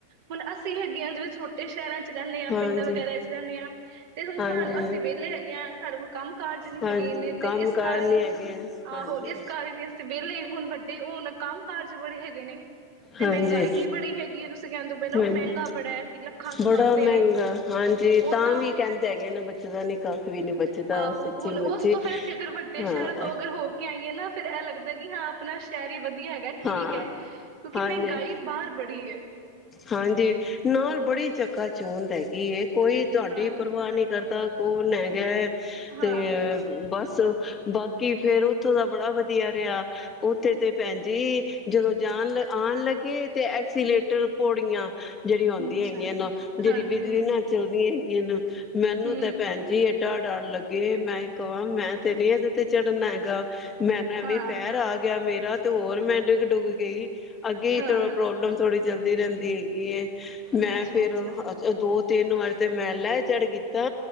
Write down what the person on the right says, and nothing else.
ਹੁਣ ਅਸੀਂ ਹੈਗੇ ਹਾਂ ਜਿਵੇਂ ਛੋਟੇ ਸ਼ਹਿਰਾਂ ਚ ਰਹਿੰਦੇ ਹਾਂ
ਪਿੰਡਾਂ ਵਗੈਰਾ ਚ ਰਹਿੰਦੇ ਹਾਂ ਤੇ ਹੁਣ
ਸਾਨੂੰ ਅਸੀਂ ਵਿਹਲੇ ਹੈਗੇ ਹਾਂ ਸਾਡੇ ਕੋਲ ਕੰਮ ਕਾਰਜ ਨੀ
ਹੈਗੇ ਇਨੇ
ਤੇ ਇਸ
ਕਾਰਨ
ਆਹੋ ਇਸ ਕਾਰਨ ਹੁਣ ਵੱਡੇ ਹੁਣ ਕੰਮ ਕਾਰਜ ਬੜੇ ਹੈਗੇ ਨੇ ਤੇ
ਮਹਿੰਗਾਈ ਹੀ ਬੜੀ ਹੈਗੀ ਹੈ ਤੁਸੀਂ ਕਹਿੰਦੇ ਪਏ ਨਾ
ਮਹਿੰਗਾ ਬੜਾ ਹੈ ਕਿ ਲੱਖਾਂ ਕਮਾਉਂਦੇ
ਨੇ
ਉਹ ਤਾਂ
ਆਹੋ
ਹੁਣ ਉਸ
ਤੋਂ ਫੇਰ ਅਸੀਂ ਅਗਰ ਵੱਡੇ
ਸ਼ਹਿਰ ਤੋਂ ਅਗਰ ਹੋ ਕੇ ਆਈਏ ਨਾ ਫਿਰ ਇਹ ਲੱਗਦਾ ਹਾਂ ਵੀ ਆਪਣਾ ਸ਼ਹਿਰ ਹੀ ਵਧੀਆ ਵਧੀਆ ਹੈਗਾ ਠੀਕ
ਹੈ ਕਿਉਂਕਿ
ਮਹਿੰਗਾਈ ਬਾਹਰ ਬੜੀ ਹੈ
ਹਾਂ
ਹਾਂ
ਅੱਛਾ
ਹਾਂਜੀ
ਹਾਂਜੀ
ਹਮ
ਹਾਂ
ਹਾਂ
ਅੱਛਾ
ਅੱਛਾ